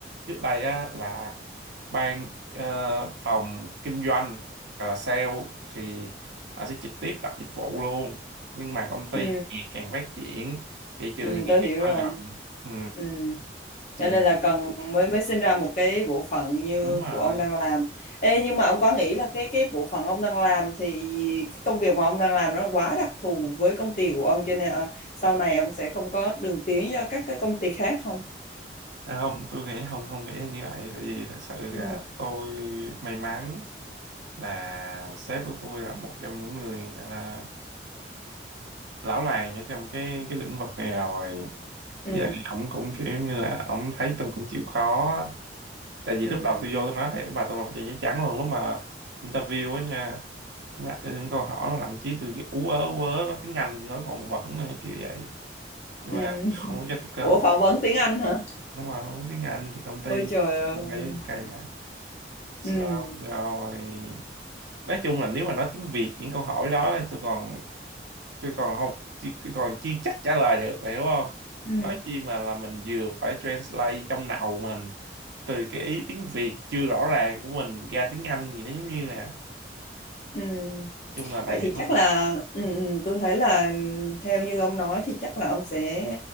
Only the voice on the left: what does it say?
ừ,
ừ,
tôi hiểu
rồi
ừ.
cho nên là cần mới mới sinh ra một cái bộ phận như
của ông đang làm Ê, nhưng mà ông có nghĩ là cái cái bộ phận ông đang làm thì cái công việc mà ông đang làm nó quá đặc thù với công ty của ông cho nên ờ, sau này ông sẽ không có đường tiến cho các cái công ty khác không
ừ,
ừ,
ừ.
ừ.
Ừ.
<laughs>
Ủa
phỏng vấn tiếng Anh hả?
Ôi trời ơi.
Ừ.
Ừ.
Ừ.
Vậy thì
chắc là ừ,
ừ, tôi thấy là theo như ông nói thì chắc là ông sẽ